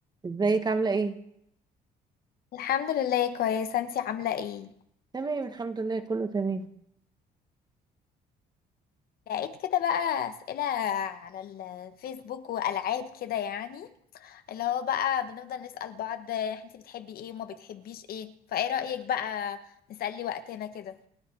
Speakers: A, on the right; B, on the left.
A: ازيك عاملة ايه؟
B: الحمد لله كويسة انتي عاملة ايه؟
A: تمام الحمد لله كله تمام
B: لقيت كده بقى أسئلة على الفيسبوك وألعاب كده يعني اللي هو بقى بنفضل نسأل بعض انتي بتحبي ايه وما بتحبيش ايه فايه رأيك بقى نسلي وقتنا كده